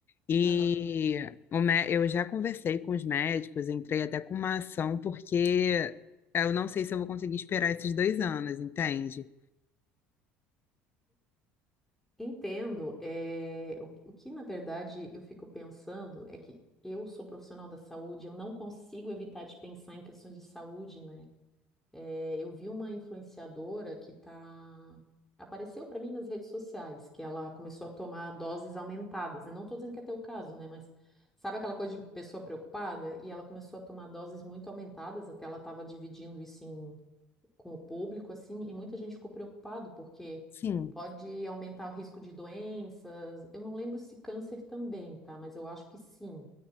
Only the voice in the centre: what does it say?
aham.
Entendo. É o, o que, na verdade, eu fico pensando é que eu sou profissional da saúde, eu não consigo evitar de pensar em questões de saúde, né? É, eu vi uma influenciadora que tá... apareceu para mim nas redes sociais, que ela começou a tomar doses aumentadas. Eu não estou dizendo que é teu caso, né? Mas sabe aquela coisa de pessoa preocupada? E ela começou a tomar doses muito aumentadas, até ela estava dividindo isso em- com o público, assim, e muita gente ficou preocupado, porque
pode aumentar o risco de doenças. Eu não lembro se câncer também, tá? Mas eu acho que sim.